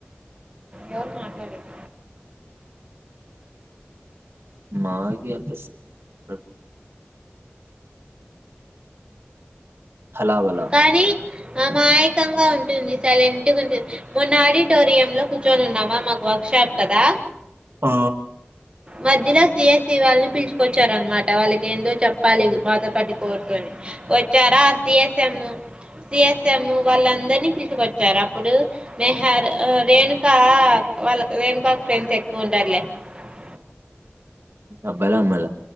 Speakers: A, on the right (about 25°); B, on the right (about 75°).
A: ఎవరు మాట్లాడేది
B: మాగ అంట <unintelligible> హలావలా
A: కానీ అమాయకంగా ఉంటుంది సైలెంట్గా ఉంటుంది మొన్న ఆడిటోరియంలో కూర్చొని ఉన్నామా మాకు వర్క్ షాప్ కదా
B: ఆ
A: మధ్యలో సిఎస్సీ వాళ్ళని పిలుచుకొచ్చారనమాట వాళ్ళకి ఏందో చెప్పాలి బాధపడి బతు వ చారా అ <unintelligible> వాళ్ళందరినీ తీిసుకొచ్చారు అప్పుడు మెహర్ రేణుకా వాళ్ళ రేణుకా ఫ్రెండ్స్ ఎక్కువ ఉంటారులే <unintelligible>
B: అబ్బాయిల అమ్మాయిల